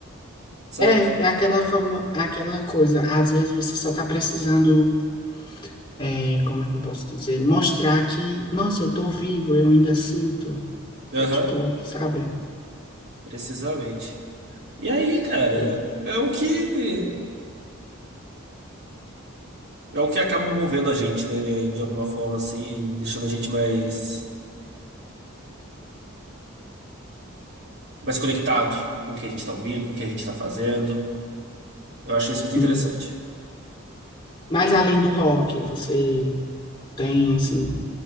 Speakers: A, on the right; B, on the left.
A: sabe?
B: É, é aquela fama, é aquela coisa. Às vezes você só está precisando, é, como é que eu posso dizer? Mostrar que, nossa, eu tô vivo, eu ainda sinto.
A: Aham.
B: É tipo, sabe?
A: Precisamente. E aí, cara,
B: E-
A: é o que é o que acaba movendo a gente, né? De, de alguma forma, assim, deixando a gente mais, mais conectado com o que a gente tá ouvindo, com o que a gente tá fazendo. Eu achei isso
B: Sim.
A: muito interessante.
B: Mas além do rock, você tem assim